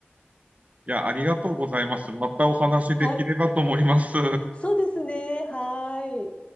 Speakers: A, on the right; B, on the left.
A: いや、ありがとうございます。またお話できればと思います。
B: はい。そうですね。はい。